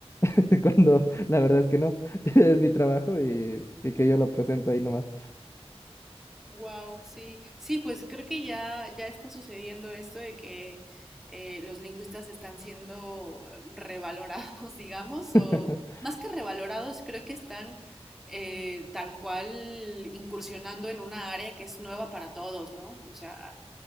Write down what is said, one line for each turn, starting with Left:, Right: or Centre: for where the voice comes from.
Left: <laughs> cuando la verdad es que no, <laughs> es mi trabajo y, y que yo lo presento ahí nomás.
Centre: Wow, sí. Sí, pues creo que ya, ya está sucediendo esto de que eh, los lingüistas están siendo eh, revalorados, <laughs> digamos, o
Left: <laughs>
Centre: más que revalorados, creo que están eh, tal cual incursionando en una área que es nueva para todos, ¿no? O sea,